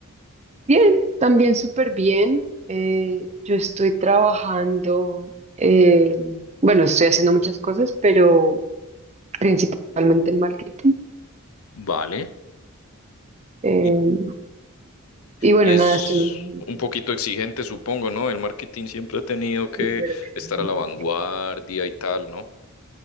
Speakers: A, on the right; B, on the left.
A: Bien, también súper bien. Eh, yo estoy trabajando, eh, bueno, estoy haciendo muchas cosas, pero principalmente en marketing.
B: Vale.
A: Eh,
B: Y,
A: y bueno,
B: y es
A: nada, estoy en una agencia
B: un poquito exigente, supongo, ¿no? El marketing siempre ha tenido que
A: súper exigente.
B: estar a la vanguardia y tal, ¿no?